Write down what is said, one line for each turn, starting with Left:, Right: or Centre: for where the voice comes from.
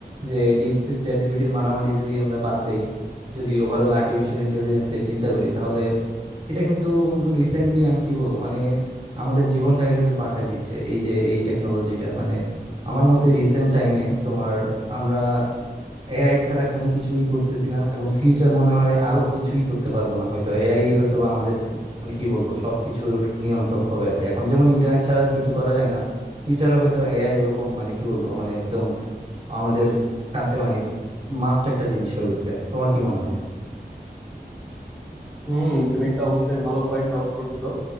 Right: যে ডিপসিক চ্যাট জিপিটির মারামারি যদি আমরা বাদ দেই যদি ওভারঅল আর্টিফিশিয়াল ইন্টেলিজেন্স নিয়ে চিন্তা করি তাহলে এটা কিন্তু বন্ধু রিসেন্টলি আমি কি বলবো মানে আমাদের জীবনটাকে কিন্তু পাল্টাই দিচ্ছে এই যে এই টেকনোলজিটা মানে আমার মতে রিসেন্ট টাইমে তোমার আমরা এআই ছাড়া কোনো কিছুই করতেছি না এবং ফিউচার মনে হয় আরো কিছুই করতে পারবো না হয়তো এআই হয়তো বা আমাদের মানে কি বলবো সবকিছুর নিয়ন্ত্রক হবে আর কি এখন যেমন ইন্টারনেট ছাড়া কিছু করা যায় না ফিউচারে হয়তো এআই ওরকম মানে কি বলবো মানে একদম আমাদের কাছে মানে মাস্ট একটা জিনিস হয়ে উঠবে তোমার কি মনে হয়
Centre: হুম তুমি একটা অবশ্যই ভালো পয়েন্ট আউট করছো